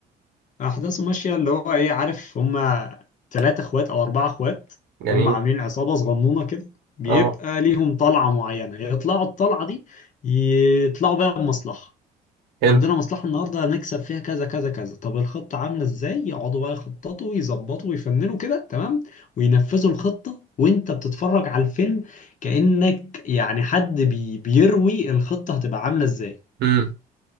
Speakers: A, on the left; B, on the right.
A: احداثه ماشيه اللي هو ايه عارف هما ثلاثة اخوات او اربعة اخوات
B: جميل
A: هما عاملين عصابه صغنونه كده بيبقى
B: اه
A: ليهم طلعه معينه يطلعوا الطلعه دي يطلعوا بيها بمصلحه
B: حلو
A: عندنا مصلحه النهارده هنكسب فيها كذا كذا كذا طب الخطه عامله ازاي يقعدوا بقى يخططوا ويظبطوا ويفننوا كده تمام وينفذوا الخطه وانت بتتفرج على الفيلم كانك يعني حد بي بيروي الخطه هتبقى عامله ازاي
B: امم